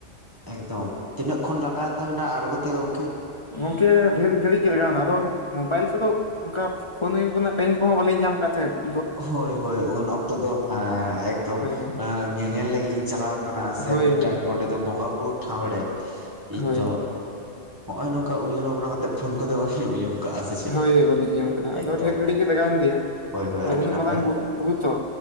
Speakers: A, on the right (about 15°); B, on the left (about 30°).
A: ᱮᱠᱫᱚᱢ ᱛᱤᱱᱟᱹᱜ ᱠᱷᱚᱱ ᱞᱟᱜᱟᱣ ᱮᱱ ᱛᱟᱵᱤᱱᱟ ᱟᱬᱜᱳ ᱛᱮ ᱜᱚᱝᱠᱮ?
B: ᱜᱚᱢᱠᱮ ᱰᱷᱮᱨ ᱜᱷᱟᱨᱤᱜᱽ ᱜᱮ ᱞᱟᱜᱟᱣ ᱱᱟ ᱟᱫᱚ ᱢᱳᱵᱟᱭᱤᱞ ᱠᱚᱫᱚ ᱚᱱᱠᱟ ᱯᱷᱳᱱ ᱚᱭᱩᱝ ᱠᱚᱨᱮᱱᱟᱜ ᱴᱟᱭᱤᱢ ᱠᱚᱦᱚᱸ ᱵᱟᱞᱤᱧ ᱧᱟᱢ ᱟᱠᱟᱫ ᱛᱟᱦᱮᱸᱱ᱾
A: ᱦᱳᱭ ᱦᱳᱭ ᱩᱱ ᱚᱠᱛᱚ ᱫᱚ ᱦᱮᱸ ᱮᱠᱫᱚᱢ
B: ᱦᱳᱭ ᱦᱳᱭ
A: ᱟᱸ ᱧᱮᱧᱮᱞ ᱞᱟᱹᱜᱤᱫ ᱤᱧ ᱪᱟᱞᱟᱣ ᱠᱟᱱᱟ ᱥᱮ
B: ᱦᱳᱭ
A: ᱢᱤᱫᱴᱟᱝ
B: ᱦᱳᱭ ᱦᱳᱭ
A: ᱚᱸᱰᱮ ᱫᱚ ᱵᱚᱸᱜᱟ ᱵᱩᱨᱩ ᱴᱷᱟᱶᱨᱮ
B: ᱦᱳᱭ
A: ᱤᱧ ᱫᱚ ᱱᱚᱜᱼᱚᱭ ᱱᱚᱝᱠᱟ ᱩᱭᱦᱟᱹᱨ ᱵᱷᱟᱵᱽᱱᱟ ᱠᱟᱛᱮ ᱯᱷᱳᱱ ᱠᱚᱫᱚ ᱪᱮᱫ ᱮᱢ ᱩᱭᱩᱝ ᱠᱟᱜᱼᱟ ᱥᱮ ᱪᱮ
B: ᱦᱳᱭ ᱦᱳᱭ ᱵᱟᱹᱞᱤᱧ ᱟᱸᱡᱚᱢ ᱠᱟᱫᱟ ᱟᱫᱚ
A: ᱮᱠᱫᱚᱢ
B: ᱰᱷᱮᱨ ᱜᱷᱟᱹᱲᱤᱡ
A: ᱜᱚᱢᱠᱮ᱾
B: ᱜᱮ ᱞᱟᱜᱟᱣᱮᱱ ᱜᱮᱭᱟ
A: ᱦᱳᱭ ᱦᱳᱭ
B: ᱟᱫᱚ
A: ᱟᱹᱰᱤ
B: ᱩᱱᱟᱹᱜ
A: ᱱᱟᱯᱟᱭ᱾
B: ᱢᱟᱨᱟᱝ ᱵᱩ- ᱵᱩᱨᱩ ᱛᱚ